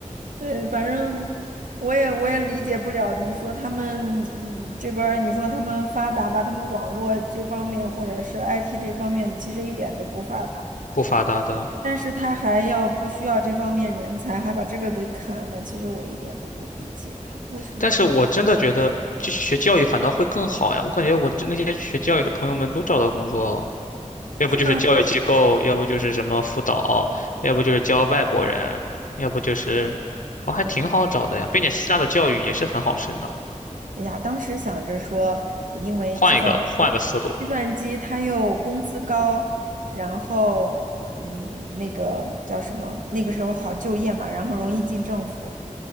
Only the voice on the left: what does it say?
不发达的。
但是我真的觉得继续学教育反倒会更好呀，我感觉我这那些学教育的朋友们都找到工作了，要不就是教育机构，
要不就是什么辅导，要不就是教外国人，要不就是，哦，还挺好找的呀，并且希腊的教育也是很好升的。
换一个，换个思路。